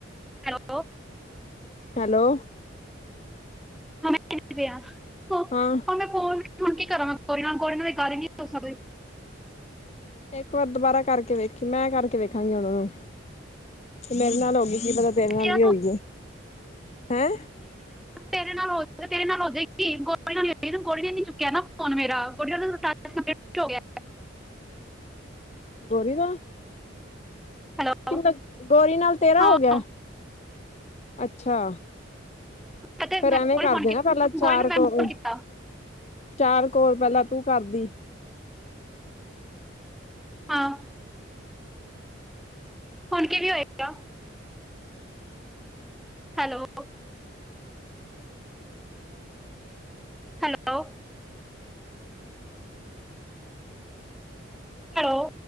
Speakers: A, in the centre; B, on the left.
A: ਹੈਲੋ।
B: ਹੈਲੋ।
A: ਹਮੇਂ ਪਿਆ। ਉਹ
B: ਹਾਂ।
A: ਮੈਂ ਫੋਨ ਹੁਣ ਕੀ ਕਰਾਂ ਕੋਈ ਨਾਲ ਕੋਈ ਗਾੱਲ ਈ ਨੀ ਹੋ ਸਕਦੀ।
B: ਇੱਕ ਵਾਰ ਦੁਬਾਰਾ ਕਾਰਕੇ ਵੇਖੀ, ਮੈਂ ਕਾਰਕੇ ਵੇਖਾਂਗੀ ਹੂਣ, ਤੇ ਮੇਰੇ ਨਾਲ ਹੋਗੀ ਕੀ ਪਤਾ ਤੇਰੇ ਨਾਲ
A: ਕਿਆ।
B: ਵੀ ਹੋਈ ਜੇ ਹੈਂ
A: ਤੇਰੇ ਨਾਲ ਹੋ, ਤੇਰੇ ਨਾਲ ਹੋ ਜੇਗੀ ਗੋਰੀ ਨਾਲ ਨੀ ਹੋਈ, ਗੋਰੀ ਨੇ ਨੀ ਚੁੱਕੇਆ ਨਾ ਫੋਨ ਮੇਰਾ। ਕੰਪਲੀਟ ਹੋ ਗਿਆ
B: ਗੋਰੀ ਦਾ
A: ਹੈਲੋ
B: ਕਿਂਦਾ ਗੋਰੀ ਨਾਲ ਤੇਰਾ
A: ਹਾਂ
B: ਹੋ ਗੇਆ? ਅੱਛਾ।
A: ਅਤੇ
B: ਫੇਰ
A: ਮੈਂ
B: ਐਵੇਂ
A: ਗੋਰੀ
B: ਕਾਰਦੇ
A: ਫੋਨ ਕੀਤਾ
B: ਨਾ ਪ੍ਹੈਲਾਂ ਚਾਰ
A: ਗੋਰੀ ਨੂੰ ਮੈਂ
B: ਕੋਲਾਂ
A: ਫੋਨ ਕੀਤਾ
B: ਚਾਰ ਕੋਲ ਪੈਹਲਾਂ ਤੂੰ ਕਾਰਦੀ।
A: ਹਾਂ। ਹੁਨ ਕਿਵੇਂ ਹੋਏਗਾ? ਹੈਲੋ। ਹੈਲੋ। ਹੈਲੋ।